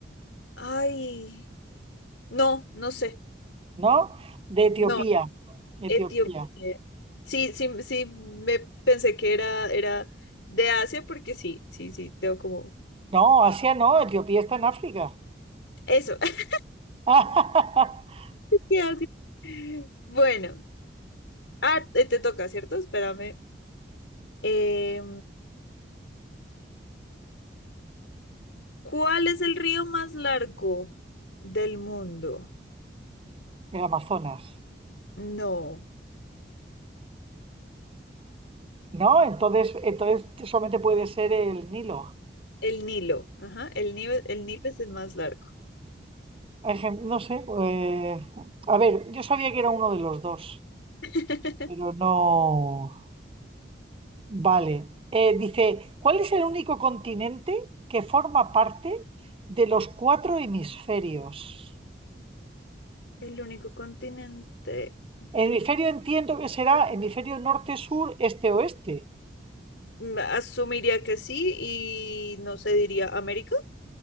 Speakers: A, on the left; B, on the right.
A: Ay, no, no sé.
B: ¿no? De Etiopía,
A: No,
B: Etiopía.
A: Etiopía. Sí, sí, sí, me pensé que era, era de Asia porque sí, sí, sí, tengo como...
B: No, Asia no, Etiopía está en África.
A: Eso, <laughs>
B: <laughs>
A: de Asia. Bueno, ah, te te toca, ¿cierto? Espérame. Eh, ¿Cuál es el río más largo del mundo?
B: El Amazonas.
A: No,
B: No, entonces, entonces solamente puede ser el Nilo.
A: el Nilo. Ajá, el Nilo, el Nilo es el más largo.
B: Hay gen- No sé. eh, a ver, yo sabía que era uno de los dos,
A: <laughs>
B: pero no. Vale. Eh, dice, ¿cuál es el único continente que forma parte de los cuatro hemisferios?
A: El único continente del...
B: El hemisferio entiendo que será hemisferio norte, sur, este, oeste.
A: Mm, Asumiría que sí y no se diría América.